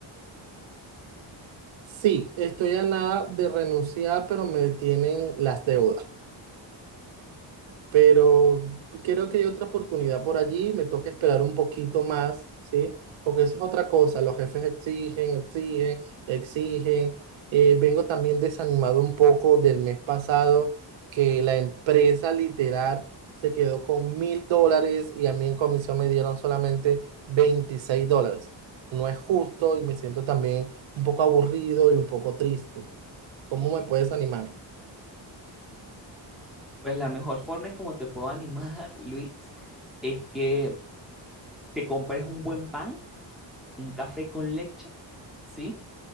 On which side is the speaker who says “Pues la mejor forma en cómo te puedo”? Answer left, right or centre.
Centre